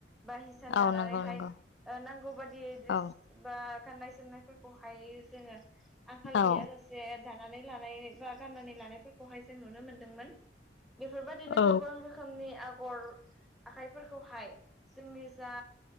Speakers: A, in the centre; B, on the left (about 75°).
A: बा हिसान
B: औ
A: दानानैहाय
B: नंगौ नंगौ
A: ओ नांगौ बाददि ड्रेस
B: औ
A: बा गाननाय जोमनायफोरखौहाय जोङो आंखाल
B: औ
A: गैया जासे दानानै लानाय बा गाननानै लानायफोरखौहाय जों नुनो मोन्दोंमोन बेफोरबायदिनो
B: औ
A: गोबां रोखोमनि आगर आखाइफोरखौहाय जोंनि जा